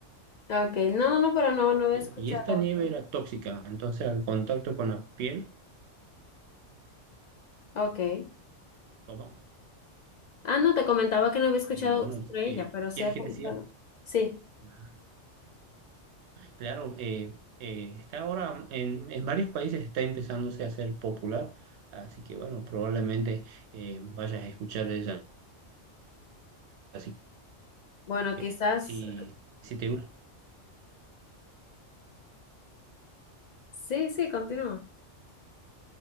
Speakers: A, on the left; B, on the right.
A: Ok, no, no, no, pero no, no había
B: ¿sí?
A: escuchado.
B: Y esta nieve era tóxica, entonces al contacto con la piel,
A: Ok.
B: ¿cómo?
A: Ah, no, te comentaba que no había escuchado
B: Bueno,
A: sobre
B: eh,
A: ella, pero sí
B: ¿quieres
A: he
B: que
A: comentado.
B: te siga?
A: Sí,
B: Ah. Claro, eh, eh, está ahora en, en varios países está empezándose a hacer popular, así que bueno, probablemente eh, vayas a escuchar de ella. Así
A: bueno,
B: que
A: quizás.
B: si, si te gusta
A: Sí, sí, continúa.